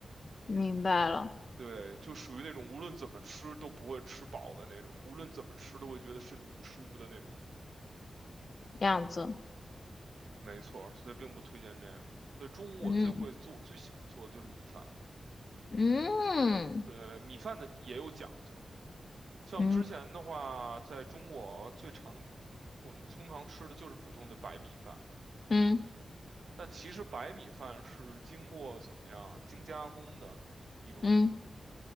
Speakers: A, on the left; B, on the right.
A: 明白了，
B: 对，就属于那种无论怎么吃都不会吃饱的那种，无论怎么吃都会觉得身体不舒服的那种。
A: 样子，
B: 没错儿，所以并不推荐这样。所以中午我最会做、
A: 嗯
B: 最喜欢做的就是米饭。
A: 嗯
B: 对，米饭的也有讲究。像之前的话，
A: 嗯
B: 在中国最常我们通常吃的就是普通的白米饭，
A: 嗯
B: 但其实白米饭是经过怎么样啊精加工的一种米，
A: 嗯，